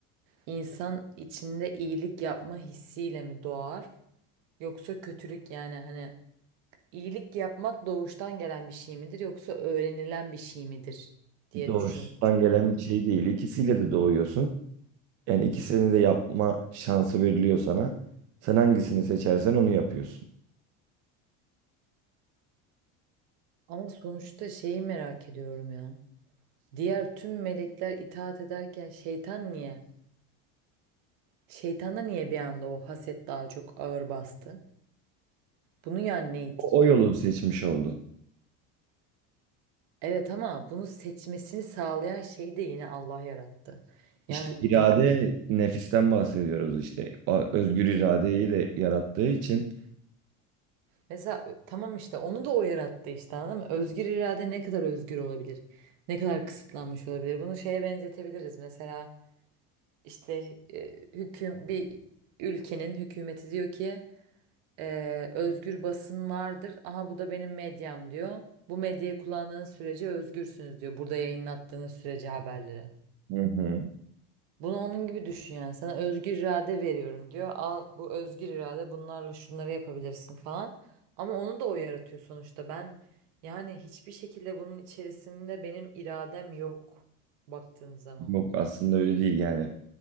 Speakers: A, on the right; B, on the right.
A: İnsan içinde iyilik yapma hissiyle mi doğar? Yoksa kötülük yani hani iyilik yapmak doğuştan gelen bir şey midir yoksa öğrenilen bir şey midir diye
B: Doğuştan
A: düşün, düşünüyordum.
B: gelen bir şey değil. İkisiyle de doğuyorsun. Yani ikisini de yapma şansı veriliyor sana. Sen hangisini seçersen onu yapıyorsun.
A: Ama sonuçta şeyi merak ediyorum ya. Diğer tüm melekler itaat ederken şeytan niye? Şeytana niye bir anda o haset daha çok ağır bastı? Bunu yani ne etkiliyor?
B: O o yolu seçmiş oldu.
A: Evet ama bunu seçmesini sağlayan şey de yine Allah yarattı.
B: İşte
A: Yani
B: irade
A: tam
B: nefisten bahsediyoruz işte. O özgür iradeyi de yarattığı için.
A: Mesela ö- tamam işte onu da o yarattı işte anladın mı? Özgür irade ne kadar özgür olabilir? Ne kadar kısıtlanmış olabilir? Bunu şeye benzetebiliriz. Mesela işte e, hüküm bir ülkenin hükümeti diyor ki e, özgür basın vardır. Aha bu da benim medyam diyor. Bu medyayı kullandığınız sürece özgürsünüz diyor. Burada yayınlattığınız sürece haberleri.
B: Hı hı.
A: Bunu onun gibi düşün yani. Sana özgür irade veriyorum diyor. Al bu özgür irade bunlarla şunları yapabilirsin falan. Ama onu da o yaratıyor sonuçta. Ben yani hiçbir şekilde bunun içerisinde benim iradem yok baktığın zaman.
B: Yok aslında öyle değil yani.